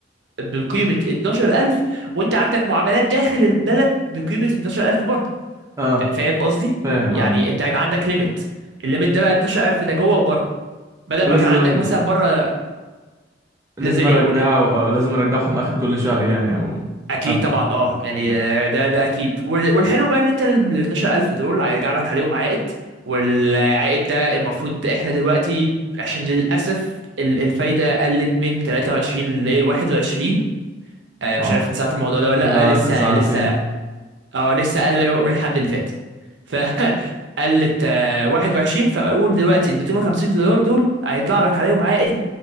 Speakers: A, on the right; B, on the right.
A: بقيمة 12000 وانت عندك معاملات داخل البلد بقيمة 12000 برضه
B: اه
A: ف- فاهم قصدي؟
B: فاهم
A: يعني
B: اه
A: انت هيبقى عندك ليميت الليميت ده بقى 12000 ده جوه وبره بدل
B: ولازم
A: ما كان عندك مثلا بره
B: لازم
A: لازم
B: ارجعه
A: يقول ايه
B: آه لازم ارجعهم اخر كل شهر يعني او
A: اكيد
B: قبل
A: طبعا اه
B: اكيد
A: يعني
B: اه
A: آه، ده ده اكيد وال- والحلو بقى ان انت ال 12000 دول هيرجع لك عليهم عائد والعائد ده المفروض احنا دلوقتي عشان للاسف ال- الفايده قلت من 23 ل 21 آه، مش
B: آه.
A: عارف انت ساعات الموضوع ده ولا
B: لا
A: لا لسه
B: انت زعلتني
A: لسه اه لسه قال لا يؤمن الحد اللي فات ف <laughs> قلت آه، 21 فاقول دلوقتي ال 250 دولار دول هيطلع لك عليهم عائد